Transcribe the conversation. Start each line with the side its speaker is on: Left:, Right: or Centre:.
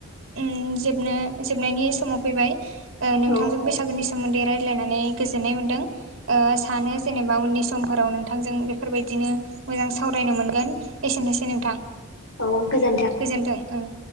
Right: उम जोबनो जोबनायनि समाव फैबाय नोंथांजों
Left: औ
Right: बैसागोनि सो मोन्दै रायजलायनानै गोजोननाय मोनदों ओ सानो जेनेबा उननि समफोराव नोंथां जों बेफोरबायदिनो मोजां सावरायनो मोनगोन एसेनोसै नोंथां
Left: औ गोजोन्थों
Right: गोजोनथों ओं